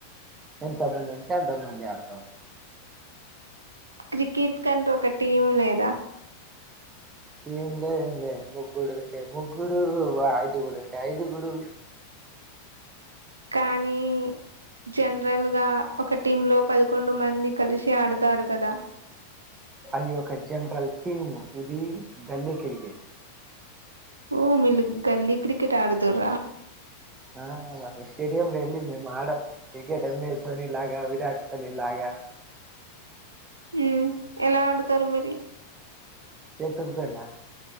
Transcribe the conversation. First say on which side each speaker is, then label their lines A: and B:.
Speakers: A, on the right (about 20°); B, on the right (about 75°).
A: ఎంత మంది ఉంటే ఎంత మంది ఆడతాం
B: క్రికెట్ కంటే ఒక టీం లేదా
A: టీం లేద్ ఏం లేద్ ముగ్గుడు ఉంటే ముగ్గుడు ఐదుగుడు ఉంటే ఐదుగుడు
B: కానీ జనరల్ గా ఒక టీమ్ లో పదకొండు మంది కలిసి ఆడుతారు కదా
A: అది ఒక జనరల్ టీము ఇది గల్లీ కీర్ కెట్
B: ఊ మిల్లు గల్లీ క్రికెట్ ఆడుతరా
A: ఆ స్టేడియంమ్ లో ఎల్ ఆడ క్రికెట్ ఎం ఎస్ ధోని లాగా విరాట్ కోహ్లీ లాగా
B: హ్మ్మ్ ఎలా అడుతారు మరి
A: చేతుల్తోన